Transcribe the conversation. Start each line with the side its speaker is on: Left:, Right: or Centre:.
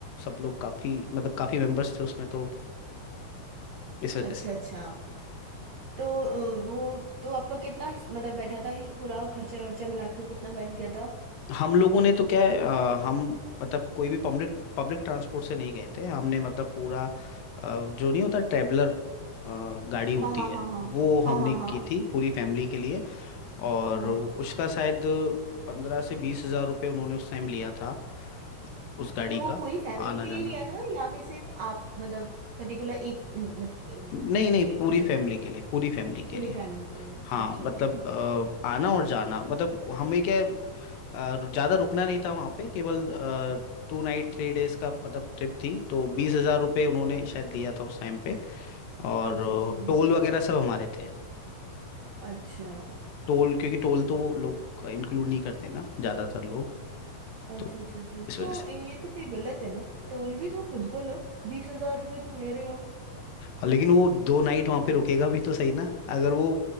Left: सब लोग काफी मतलब काफी मेंबर्स थे उसमें तो इस वजह
Right: अच्छा
Left: से
Right: अच्छा तो अ, वो तो आपका कितना हिस- मतलब बैठा था पूरा खर्चा खर्चा मिला के कितना बैठ गया था
Left: हम लोगों ने तो क्या है अ, हम मतलब कोई भी पब्लिक पब्लिक ट्रांसपोर्ट से नहीं गए थे हमने मतलब पूरा अ, जो नहीं होता ट्रैवलर गाड़ी होती
Right: हाँ हाँ
Left: है
Right: हाँ हाँ
Left: वो हमने
Right: हाँ हाँ
Left: की
Right: हाँ
Left: थी पूरी फैमिली के लिए और
Right: हाँ
Left: उसका शायद पंद्रह से बीस हजार रुपये उन्होंने उस टाइम लिया था उस गाड़ी
Right: तो वो
Left: का
Right: पूरी फैमिली
Left: आना
Right: के लिए
Left: जाना
Right: लिया था या फिर सिर्फ आप मतलब पर्टिकुलर एक इन- मत- अ,
Left: नहीं
Right: उसके
Left: नहीं
Right: लिए
Left: कि-
Right: पर्सन
Left: पूरी फैमिली के लिए पूरी फैमिली के
Right: पूरी
Left: लिए
Right: फैमिली के लिए
Left: हाँ
Right: अच्छा
Left: मतलब
Right: अच्छा
Left: अ, आना और जाना मतलब हमें क्या है, अ, ज्यादा रुकना नहीं था वहाँ पे केवल टू नाइट थ्री डेज का मतलब ट्रिप थी तो बीस हजार रुपये उन्होंने शायद लिया था उस टाइम पे और
Right: अच्छा अच्छा
Left: टोल वगैरह सब हमारे थे
Right: अच्छा
Left: टोल क्योंकि टोल तो वो लोग इंक्लूड नहीं करते ना ज्यादातर लोग
Right: अच्छा
Left: तो
Right: अच्छा अच्छा
Left: इस वजह
Right: तो
Left: से
Right: ये तो फिर गलत है ना टोल भी तो खुद को लो बीस हजार रुपये तुम ले रहे हो
Left: और लेकिन वो दो नाइट वहां पे रुकेगा भी तो सही ना अगर वो